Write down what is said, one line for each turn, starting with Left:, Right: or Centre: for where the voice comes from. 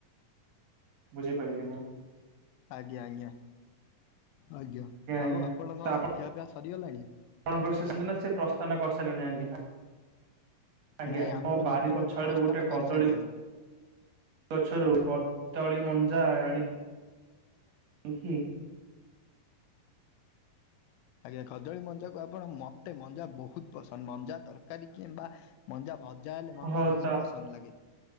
Right: ବୁଝିପାଇଲି ମୁଁ।
Left: ଆଜ୍ଞା ଆଜ୍ଞା ଆଜ୍ଞା ଆଉ
Right: ଆଜ୍ଞା
Left: ଆପଣଙ୍କ
Right: ତ
Left: ଖିଆ ପିଆ ସରିଗଲାଣି?
Right: ଆପଣଙ୍କର <unintelligible> ସେ ପ୍ରସ୍ତାନ କରିସାଇଲେଣି ଆଜ୍ଞା। ଆଜ୍ଞା
Left: ନାଇଁ ଆମର
Right: ମୋ ବାରି
Left: ମିତ୍ର
Right: ପଛ
Left: ଏବେ ପ୍ରସ୍ଥାନ
Right: ଆଡୁ ଗୋଟେ
Left: କରିସାରିଲେଣି।
Right: କଦଳୀ ଗଛରୁ କଦଳୀ ମଞ୍ଜା ଆଣି ଇଁକି
Left: ଆଜ୍ଞା କଦଳୀ ମଞ୍ଜାକୁ ଆପଣ ମତେ ମଞ୍ଜା ବୋହୁତ ପସନ୍ଦ ମଞ୍ଜା ତରକାରୀ କିମ୍ବା ମଞ୍ଜା ଭଜା ହେଲେ ମତେ
Right: ହଁ
Left: ବୋହୁତ
Right: ତ
Left: ପସନ୍ଦ ଲାଗେ।